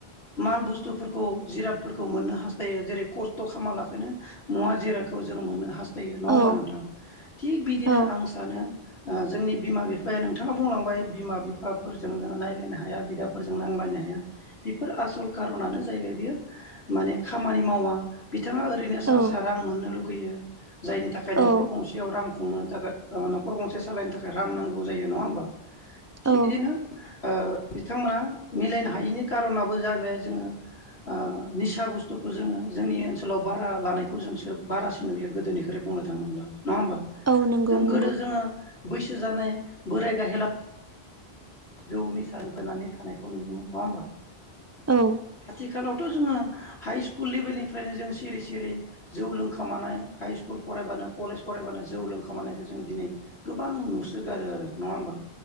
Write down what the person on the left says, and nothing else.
माल बुस्थुफोरखौ जिरादफोरखौ मोननो हास थायो जेरै खस्थ' खामालाखैनो मुवा जिराखौ जों मोननो हास्थायो। नङा होमबा
नोंथां थिग बिदिनो
आं सानो ओ जोंनि बिमा बिफाया नोंथाङा बुंलांबाय बिमा बि फाफोरजों जोङो नायलायनो हाया बिदाफोरजों नांलायनो हाया बि फोर आसल खारनानो जाहैबाय बियो माने खामानि मावा बिथाङा ओरैनो
सा सा रां मोननो लुगैयो। जायनि थाखाय न'खर
गंसेयाव रां खुंनो थाखाय ओ न'खर गंसे सालायनो थाखाय रां नांगौ जायो नङा होमबा। थिक
बिदिनो ओ बिथांमोना मिलायनो हायैनि कार'नाबो जाहैबाय जोङो ओ निसा बुस्थुखौ जोङो जोंनि ओनसोलाव बारा लानायखौ जोंसो बारासिन नुयो गोदोनिख्रुइ बुंनो थाङोब्ला नङा होमबा।
जों
गोदो जोङो बैसो जानाय बोराय गाहेला जौनि निसांगोनानै थानायखौ नुयोमोन नङा होमबा।
आथिखालावथ' जोङो हाइ स्कुल लेभेलनिफ्रायनो जों सिरि सिरि जौ लोंखामानाय हाइ स्कुल फरायबानो कलेज फराय फरायबानो जौ लोंखामानायखो जों दिनै गोबां नुसोगारो आरो नङा होमबा।